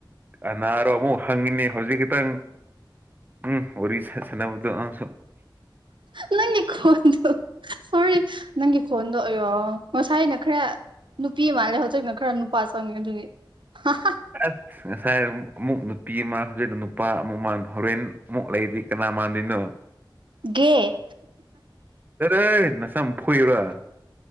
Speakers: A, on the right; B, on the right.
A: ꯑꯅꯥꯔꯣ ꯑꯃꯨꯛ ꯍꯪꯉꯤꯅꯤ ꯍꯧꯖꯤꯛ ꯈꯇꯪ ꯎꯝ ꯋꯥꯔꯤ ꯁꯥꯅꯕꯗꯨ ꯅꯪꯁꯨ <unintelligible>
B: ꯅꯪꯒꯤ ꯈꯣꯟꯗꯣ ꯁꯣꯔꯤ ꯅꯪꯒꯤ ꯈꯣꯟꯗꯣ ꯑꯣꯏꯌꯣ ꯉꯁꯥꯏꯅ ꯈꯔ ꯅꯨꯄꯤ ꯃꯥꯜꯂꯦ ꯍꯧꯖꯤꯛꯅ ꯈꯔ ꯅꯨꯄꯥ ꯆꯪꯉꯦ ꯑꯗꯨꯒꯤ ꯍꯥ ꯍꯥ
A: ꯑꯁ ꯉꯁꯥꯏ ꯑꯃꯨꯛ ꯅꯨꯄꯤ ꯑꯃ ꯍꯧꯖꯤꯛ ꯅꯨꯄꯥ ꯑꯃꯨꯛ ꯍꯣꯔꯦꯟ ꯑꯃꯨꯛ ꯂꯩꯔꯗꯤ ꯀꯅꯥ ꯃꯥꯟꯗꯣꯏꯅꯣ
B: ꯒꯦ
A: ꯆꯔꯍꯦ ꯅꯁꯝ ꯐꯣꯢꯌꯨꯔꯥ